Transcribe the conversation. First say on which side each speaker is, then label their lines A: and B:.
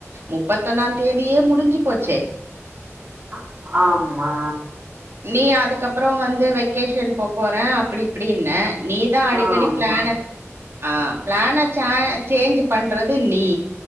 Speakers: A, on the right; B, on the right.
A: முப்பத்தொன்னா தேதியே முடிஞ்சி போச்சே
B: அ ஆமா
A: நீ அதுக்கப்புறோ வந்து வெக்கேஷன் போ போறே அப்டி இப்படின நீ தா அடிக்கடி
B: ஆமா
A: பிளான ஆ பிளான ச சேஞ்ச் பண்றது நீ